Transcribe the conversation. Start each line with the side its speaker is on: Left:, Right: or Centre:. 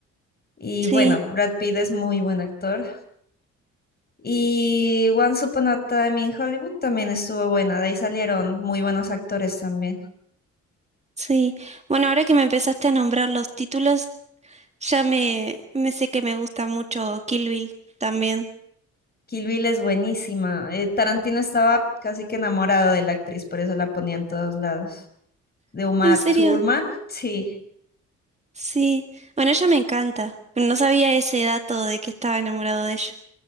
Left: Y
Right: Sí,
Left: bueno, Brad Pitt es muy buen actor. Y Once Upon a Time in Hollywood también estuvo buena, de ahí salieron muy buenos actores también.
Right: sí. Bueno, ahora que me empezaste a nombrar los títulos, ya me, me sé que me gusta mucho Kill Bill también.
Left: Kill Bill es buenísima. eh, Tarantino estaba casi que enamorado de la actriz, por eso la ponía en todos lados. De Uma
Right: ¿En serio?
Left: Thurman, sí,
Right: Sí. Bueno, ella me encanta. No sabía ese dato de que estaba enamorado de ella.